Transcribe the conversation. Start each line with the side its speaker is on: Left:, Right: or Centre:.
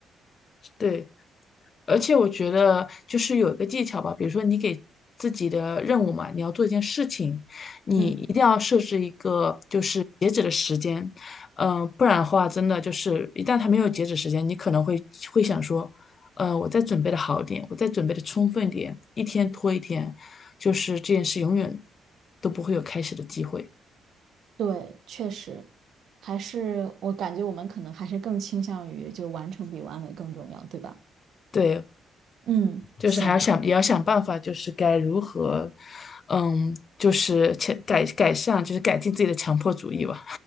Left: 对，而且我觉得就是有一个技巧吧，比如说你给自己的任务嘛，你要做一件事情，你一定要设置一个就是截止的时间，
Right: 嗯，
Left: 嗯、不然的话，真的就是一旦它没有截止时间，你可能会会想说，呃，我再准备的好一点，我再准备的充分一点，一天拖一天，就是这件事永远都不会有开始的机会。
Right: 对，确实，还是我感觉我们可能还是更倾向于就完成比完美更重要，对吧？
Left: 对，
Right: 嗯，
Left: 就是还要想，
Right: 行。
Left: 也要想办法，就是该如何，嗯，就是改改改善，就是改进自己的强迫主义吧。